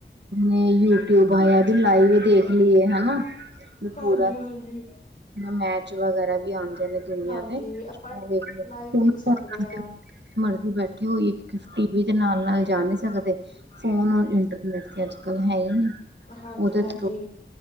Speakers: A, on the right; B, on the left.
A: ਯੂਟਿਊਬ ਆਏਆ ਵੀ ਲਾਈਵ ਦੇਖ ਲੀਏ ਹਨਾ ਵੀ
B: ਹਾਂਜੀ
A: ਪੂਰਾ,
B: ਹਾਂਜੀ।
A: ਮੈਚ ਵਗੈਰਾ ਵੀ ਆਂਦੇ ਨੇ।
B: ਹਾਂਜੀ ਆਪਾਂ
A: <unintelligible>
B: ਲਾਈਵ ਦੇਖ ਸਕਦੇ ਹਾਂ
A: ਮਰਜ਼ੀ ਬੈਠੀ ਹੋਈ ਇੱਕ ਕਿਉਂਕਿ ਟੀਵੀ ਦੇ ਨਾਲ-ਨਾਲ ਜਾ ਨੀ ਸਕਦੇ? ਫੋਨ ਔਰ ਇੰਟਰਨੈਟ ਤੇ ਅੱਜ-ਕਲ੍ਹ ਹੈ ਈ ਨੀ
B: ਹਾਂਜੀ
A: ਉਹਦੇ
B: ਹਾਂਜੀ।
A: ਥਰੂ